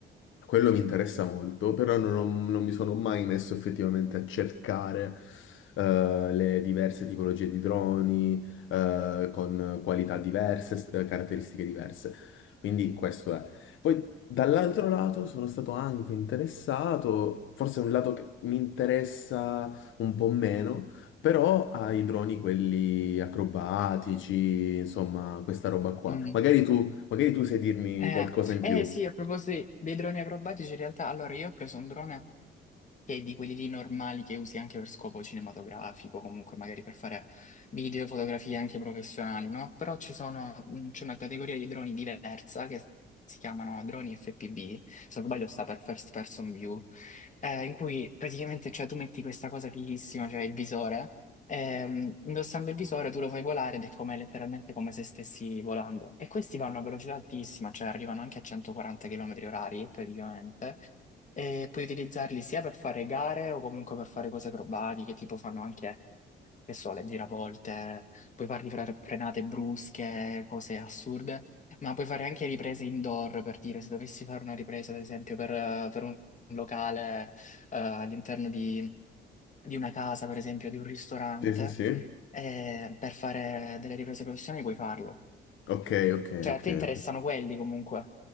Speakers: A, on the left (about 75°); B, on the left (about 40°).
A: Quello mi interessa molto, però non, ho- non mi sono mai messo effettivamente a cercare eh, le diverse tipologie di droni eh, con qualità diverse, s- eh, caratteristiche diverse. Quindi questo è. Poi dall'altro lato sono stato anche interessato, forse è un lato che mi interessa un po' meno, però ai droni quelli acrobatici, insomma, questa roba qua.
B: mm.
A: Magari tu, magari tu sai dirmi
B: Eh,
A: qualcosa in
B: eh,
A: più.
B: sì, a proposito dei droni acrobatici, in realtà, allora io ho preso un drone che di quelli lì normali che usi anche per scopo cinematografico, comunque magari per fare video, fotografie anche professionali, no? Però ci sono, mh, c'è una categoria di droni diversa che si chiamano droni FPV, se non sbaglio sta per First Person View, eh, in cui praticamente cioè, tu metti questa cosa fighissima, cioè il visore, ehm, indossando il visore tu lo fai volare ed è come, letteralmente come se stessi volando. E questi vanno a velocità altissima, cioè arrivano anche a 140 km orari praticamente e puoi utilizzarli sia per fare gare o comunque per fare cose acrobatiche, tipo fanno anche, che so, le giravolte, puoi farli fra frenate brusche, cose assurde, ma puoi fare anche riprese indoor, per dire, se dovessi fare una ripresa, ad esempio, per, eh, per un locale, eh, all'interno di, di una casa, per esempio, di un ristorante,
A: Sì, sì, sì.
B: eh, per fare delle riprese professionali puoi farlo.
A: Ok, ok,
B: Cioè,
A: ok.
B: a te interessano
A: ok.
B: quelli comunque.